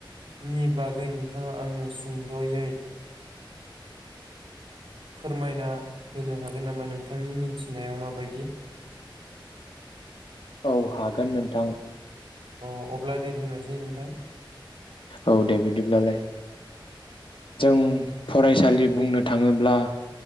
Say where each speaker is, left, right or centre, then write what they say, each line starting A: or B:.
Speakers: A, on the right; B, on the left.
A: नि बागै नोंथाङा आंनो सुंद'यै फोरमायना होनो हागोन नामा नोंथांनि मिथिनायाव माबायदि?
B: औ हागोन नोंथां।
A: अ अब्ला दे बुंनायसै नोंथां।
B: औ दे बिदिब्लालाय जों फरायसालि बुंनो थाङोब्ला